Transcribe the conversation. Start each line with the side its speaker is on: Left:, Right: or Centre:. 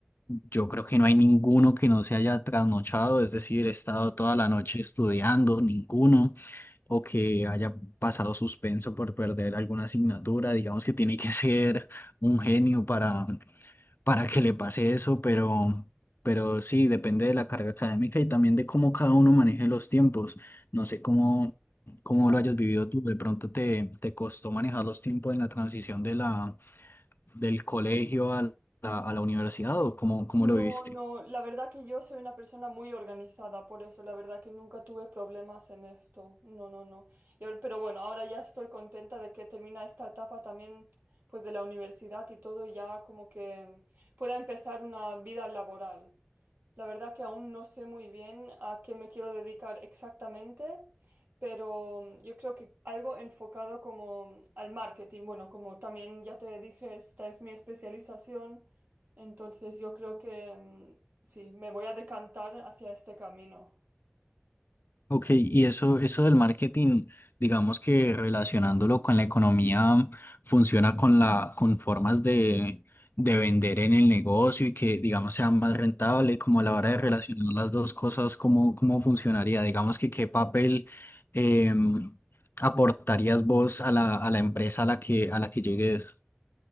Left: yo creo que no hay ninguno que no se haya trasnochado, es decir, he estado toda la noche estudiando, ninguno, o que haya pasado suspenso por perder alguna asignatura, digamos que tiene que <laughs> ser un genio para para que le pase eso, pero, pero sí, depende de la carga académica y también de cómo cada uno maneje los tiempos. No sé cómo, cómo
Right: claro.
Left: lo hayas vivido tú. De pronto te, te costó manejar los tiempos en la transición de la, del colegio a la, a la universidad o cómo, cómo
Right: No,
Left: lo viviste.
Right: no, la verdad que yo soy una persona muy organizada, por eso la verdad que nunca tuve problemas en esto. No, no, no. Y ahora- pero bueno, ahora ya estoy contenta de que termina esta etapa también, pues de la universidad y todo, y ya como que pueda empezar una vida laboral. La verdad que aún no sé muy bien a qué me quiero dedicar exactamente, pero mm, yo creo que algo enfocado como al marketing. Bueno, como también ya te dije, esta es mi especialización, entonces yo creo que mm, sí, me voy a decantar hacia este camino.
Left: Ok, y eso, eso del marketing, digamos que relacionándolo con la economía, funciona con la, con formas de, de vender en el negocio y que, digamos, sea más rentable, como a
Right: Claro.
Left: la hora de relacionar las dos cosas, ¿cómo, cómo funcionaría? Digamos que qué papel em, aportarías vos a la, a la empresa a la que, a la que llegues.